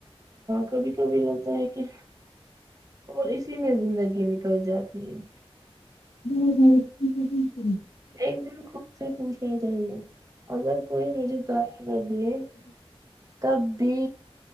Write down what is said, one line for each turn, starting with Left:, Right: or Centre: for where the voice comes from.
Right: کبھی کبھی لگتا ہے کہ اور اسی میں زندگی نکل جاتی ہے
Left: ہ ہ ہ ہ
Right: ایک دن خود سے پوچھنا چاہیے اگر کوئی مجھے تعریف کر دیے تب بھی